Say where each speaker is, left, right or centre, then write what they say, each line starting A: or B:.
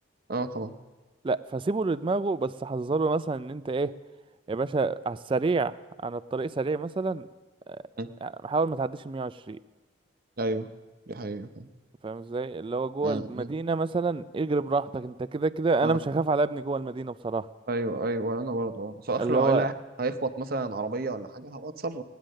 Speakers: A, on the right (about 50°); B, on the right (about 25°).
A: اه طبعا
B: لا فسيبه لدماغه بس حذره مثلا ان انت ايه يا باشا على السريع على الطريق سريع مثلا آه،
A: مم.
B: حاول ما تعديش ال 120
A: ايوه دي حقيقة
B: فاهم ازاي اللي هو جوه
A: مم.
B: المدينة
A: مم.
B: مثلا اجري براحتك انت كده كده
A: اه
B: انا مش هخاف على ابني جوه المدينة بصراحة
A: ايوه ايوه انا برضه اه بس اخر
B: اللي هو
A: اللي هي- هيخبط مثلا عربيه ولا حاجه هبقى اتصرف